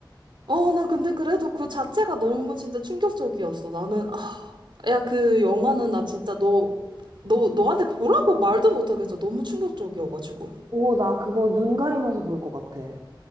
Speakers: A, on the right; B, on the right.
A: 어, 나 근데 그래도 그 자체가 너무 진짜 충격적이었어. 나는, 아, 야, 그 영화는 나 진짜 너, 너, 너한테 보라고 말도 못하겠어. 너무 충격적이어가지고.
B: 오, 나 그거 눈 가리면서 볼 것 같아.